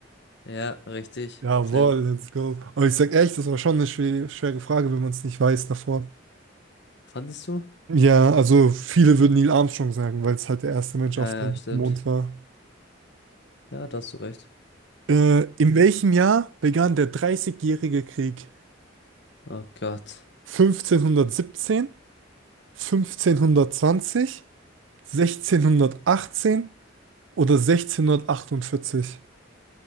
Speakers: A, on the left; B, on the right.
A: Ja, richtig.
B: Jawohl,
A: Sehr gut.
B: let's go. Aber ich sag echt, das war schon eine schwere, schwere Frage, wenn man es nicht weiß davor.
A: Fandest du?
B: Ja, also viele würden Neil Armstrong sagen, weil es halt der erste Mensch
A: Ja,
B: auf dem
A: ja, stimmt.
B: Mond war.
A: Ja, da hast du recht.
B: Äh, in welchem Jahr begann der Dreißigjährige Krieg?
A: Oh Gott.
B: 1517, 1520, 1618 oder 1648?